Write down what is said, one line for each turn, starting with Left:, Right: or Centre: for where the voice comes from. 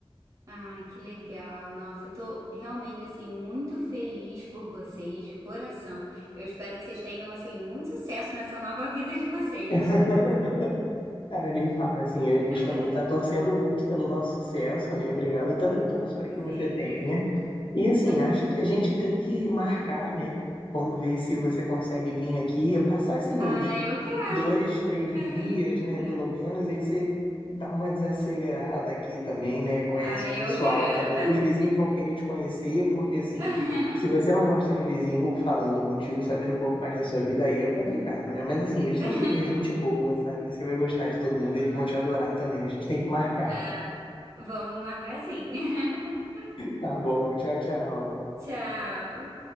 Right: Ai, que legal. Nossa, eu tô realmente assim muito feliz por vocês, de coração. Eu espero que vocês tenham assim muito sucesso nessa nova vida de vocês.
Left: <laughs> É, nem fala assim, a gente
Right: <laughs>
Left: também está torcendo muito pelo nosso sucesso, né? Obrigado, eu também torço para que você
Right: Sim.
Left: tenha. E assim,
Right: <laughs>
Left: acho que a gente tem que marcar, né? Vamos ver se você consegue vir aqui, passar assim
Right: Ah,
Left: uns
Right: eu quero.
Left: dois, três
Right: <laughs>
Left: dias, né? Pelo menos, aí você dá uma desacelerada aqui também, né? Conhece
Right: Ah,
Left: o
Right: eu
Left: pessoal
Right: quero.
Left: também. Os vizinhos vão querer te conhecer, porque assim,
Right: <laughs>
Left: se você não gosta de vizinho falando contigo, sabendo um pouco mais da sua vida, aí é complicado, né? Mas assim, eles
Right: <laughs>
Left: são super gente boa, sabe? Você vai gostar de todo mundo,
Right: Uhum.
Left: eles vão te adorar também. A gente tem que marcar.
Right: Ah, vamos marcar sim. <laughs>
Left: Tá bom, tchau, tchau.
Right: Tchau.